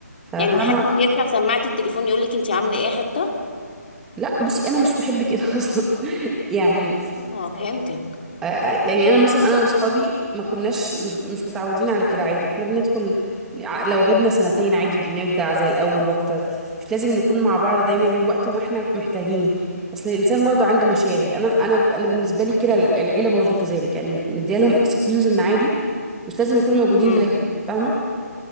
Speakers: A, in the centre; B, on the left (about 35°).
A: ففاهمه
B: يعني محدش يرفع سماعة التليفون يقولك انت عامله ايه حتى
A: لا بصي انا مش بحب كده <laughs> اصلا يعني
B: اه فهمتك
A: آه، يعني انا مثلا انا واصحابي ما كناش مش مش متعودين على كده عادي احنا بندخل ع- لو غبنا سنتين عادي بنرجع زي الاول واكتر مش لازم نكون مع بعض دايما غير وقت وما احنا محتاجين بس الانسان برضه عنده مشاغل انا انا انا بالنسبه لي كده العيله برضه كذلك يعني مديالهم اكسكيوز ان عادي مش لازم يكونوا موجودين
B: امم
A: دايما فاهمه